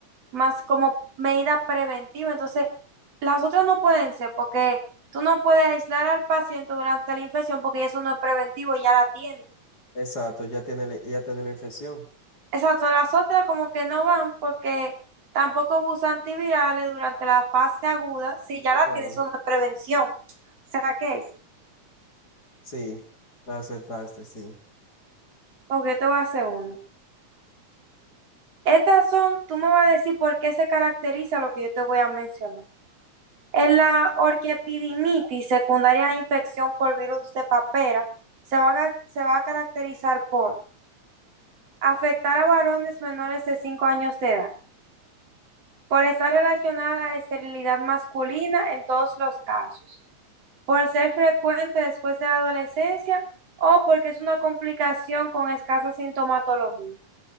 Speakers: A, on the right; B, on the left.
A: más como medida preventiva. Entonces, las otras no pueden ser porque tú no puedes aislar al paciente durante la infección porque eso no es preventivo, ya la tiene.
B: exacto. Ya tiene, la- ya tiene la infección.
A: Exacto, las otras como que no van porque tampoco usa antivirales durante la fase aguda, si ya
B: Ajá.
A: la tiene, eso no es prevención. O sea, ¿qué es?
B: Sí, la aceptaste, sí.
A: Porque yo te voy a hacer uno. Estas son, tú me vas a decir por qué se caracteriza lo que yo te voy a mencionar. En la orquiepididimitis secundaria a infección por virus de papera, se va a, se va a caracterizar por afectar a varones menores de 5 años de edad, por estar relacionada a esterilidad masculina en todos los casos, por ser frecuente después de la adolescencia o porque es una complicación con escasa sintomatología.